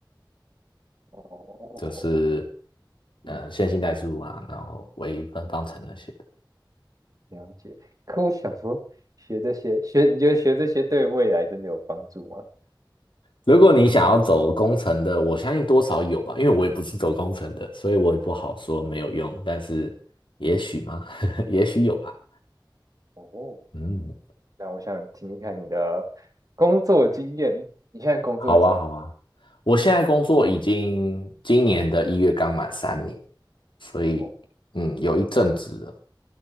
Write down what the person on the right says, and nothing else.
哦，
嗯，
了解。可我想说，学这些学，你觉得学这些对未来真的有帮助吗？
哦，
那我想听听看你的工作经验。你现在工作几？
哦，